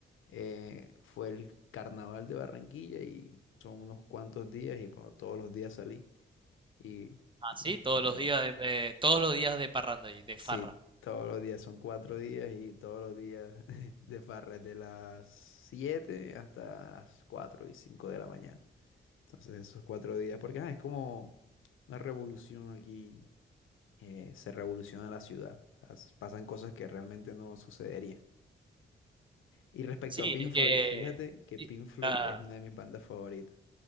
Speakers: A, on the left; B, on the right.
A: eh, fue el carnaval de Barranquilla y son unos cuantos días y bueno, todos los días salí. Y
B: Ah, sí,
A: No,
B: todos
A: no
B: los
A: sé.
B: días de, eh, todos los días de parranda y de
A: sí,
B: farra.
A: todos los días son cuatro días y todos los días <laughs> de farra de las 7 hasta las 4 y 5 de la mañana. Entonces esos cuatro días, porque ah, es como una revolución aquí, eh, se revoluciona la ciudad, O sea, s- pasan cosas que realmente no sucederían. Y respecto
B: Sí,
A: a Pink
B: es
A: Floyd,
B: que
A: fíjate que
B: sí,
A: Pink Floyd
B: ah,
A: es una de mis bandas favoritas.